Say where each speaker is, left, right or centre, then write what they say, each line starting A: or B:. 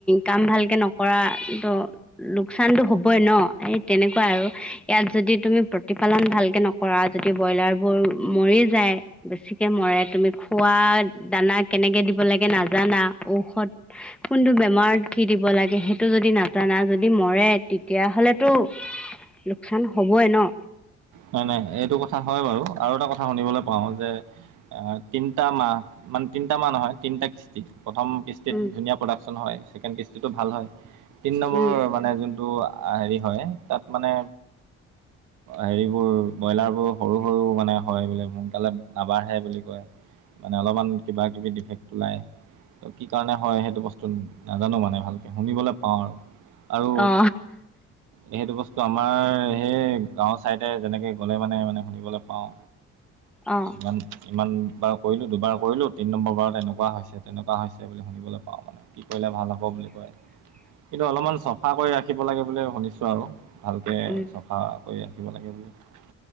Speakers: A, in the centre; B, on the right.
A: কাম ভালকে নকৰা তো লোকচানতো হবই ন এই তেনেকুৱা আৰু ইয়াত যদি তুমি প্ৰতিপালন ভালকে নক কৰা যদি ব্ৰইলাৰ বোৰ মৰি যায় বেছিকে মৰে তুমি খোৱা দানা কেনেকে দিব লাগে নাজানা ঔষধ কোনটো বেমাৰত কি দিব লাগে সেইটো যদি নাজানা যদি মৰে তেতিয়াাহলেতো লোকচান হ'বই ন
B: নাই নাই এইটো কথা হয় বাৰু আৰু এটা কথা শুনিবলৈ পাওঁ যে অ তিনিটা মাহ মানে তিনিটা মাহ নহয় তিনিটা কিস্তি প্ৰথম কিসি কিস্তিত
A: উম
B: ধুনীয়া প্ৰডাকশ্যন হয় ছেকেণ্ড কিস্তিটো ভাল হয় তিনি নম্বৰৰ
A: উম
B: মানে যোনটো হেৰি হয় তাত মানে হেৰিবোৰ ব্ৰইলাৰ বোৰ সৰু সৰু মানে হয় বোলে সোনকালে নাবাঢ়ে বুলি কয় মানে অলপমান কিবা কিবি ডিফেক্ট ওলায় ত কি কাৰণে হয় সেইটো বস্তু নাজানো মানে ভালকে শুনিবলৈ পাওঁ আৰু আৰু
A: অ
B: সেইটো বস্তু আমাৰ সেই গাঁওৰ চাইড যেনেকে গ'লে মানে মানে শুনিবলৈ পাওঁ
A: অ
B: ইমানমান ইমান বাৰ কৰিলোঁ দুবাৰ কৰিলোঁ তিনি নম্বৰ বাৰত এনেকুৱা হৈছে তেনেকুৱা হৈছে বুলি শুনিবলৈ পাওঁ মানে কি কৰিলে ভাল হ'ব বুলি কয়
A: উ
B: কিন্তু অলপমান চফা কৰি ৰাখিব লাগে বুলি শুনিছো আৰু ভালকে
A: উম
B: চফা কৰি ৰাখিব লাগে বুলি